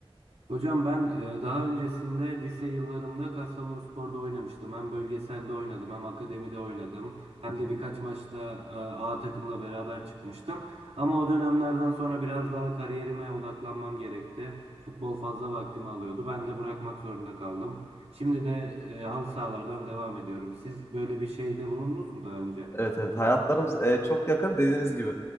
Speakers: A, on the right; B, on the left.
A: Hocam ben e, daha öncesinde lise yıllarımda Kastamonuspor'da oynamıştım. Hem bölgeselde oynadım, hem akademide oynadım. Hem
B: Hı
A: de
B: hı.
A: birkaç maçla e, A takımla beraber çıkmıştım. Ama o dönemlerden sonra biraz daha kariyerime odaklanmam gerekti. Futbol fazla vaktimi alıyordu. Ben de bırakmak zorunda kaldım. Şimdi de e, halı sahalardan devam ediyorum. Siz böyle bir şeyde bulundunuz mu daha önce?
B: Evet evet hayatlarımız e, çok yakın dediğiniz gibi.